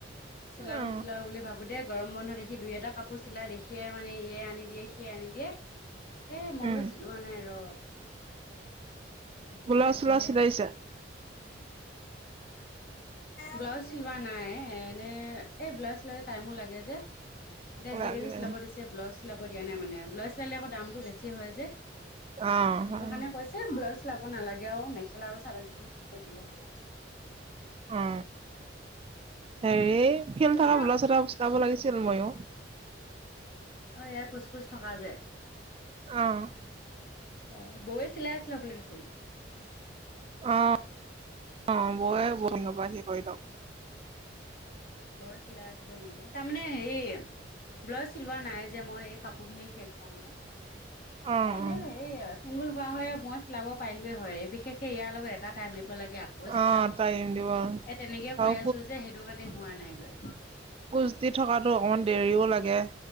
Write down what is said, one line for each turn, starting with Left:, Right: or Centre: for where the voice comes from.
Left: চিলাও
Right: উম
Left: চিলাও বুলি ভাবো দে গৰম বন্ধ দেখি দুই এটা কাপোৰ চিলাই দেখিয়ে মানে এ আনি দিয়ে সিয় আনি দিয়ে এ মই
Right: উম
Left: বোলো চিলোৱা নাই ৰ হে
Right: ব্লাউজ
Left: তাকেহে
Right: চ্লাউজ চিলাইছে
Left: ব্লাউজ চিলোৱা নাই এনে এই ব্লাউজ চিলালে টাইমো লাগে যে এতিয়া যিিকেইযোৰ
Right: লাগে
Left: চিলাব দিছে ব্লাউজ চিলাব দিয়া নাই মানে ব্লাউ চিলালে আকৌ দামটো বেছি হয় যে
Right: অ
Left: সেইটোৰ
Right: হয়
Left: কাৰণে কৈছে ব্লাউজ চলাব নালাগে আৰু মেখেলা আৰু চাদকেইখন ঠিক কৰিৈ দিলেই হ'ব বুলি কলে
Right: উ হেৰি ফিল্
Left: কৃষ্ণ
Right: থকা বোলা চ চিনাব লাগিছিল ময়ো
Left: অ ', এয়াই কোচ কোচ থকা যে
Right: অ',
Left: অ'ন বৌয়ে চিলাই আছিল ল বুলিল দেখোন
Right: অ', বৌয়ে বসিংহৰ পৰা সি কৰি লক
Left: বয় চিলাই আছিলে নেকি তাৰমানে হে ব্লাউজ চিলোৱা নাই যে মই এই কাপোৰখিনি শেষ হোৱা নাই
Right: অ
Left: এ এনে
Right: অ
Left: চিংগুল হোৱা হয় মই চিলাব পাৰিলোে হয় বিশেষকে ইয়াৰ লগত এটা টাইম দিব লাগে আকৌ চিলাও
Right: অ টাইম দিব
Left: এ তেনেকে কৈ
Right: আৰু
Left: আছো যে সেইটো কাৰণে হোৱা নাই গৈ
Right: কোজ দি থকাতো অকণমান দেৰিও লাগে